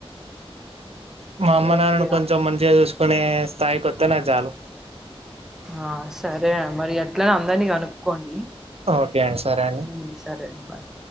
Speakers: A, on the right; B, in the centre.
A: మా అమ్మ
B: ఓకే
A: నాన్నని కొంచెం
B: అమ్మ
A: మంచిగా చూసుకునే స్థాయికోతే నాకు చాలు
B: ఆ సరే మరి ఆట్లనే అందర్నీ కనుక్కోండి
A: ఓకే అండి సరే అండి
B: ఉమ్, సరే బాయ్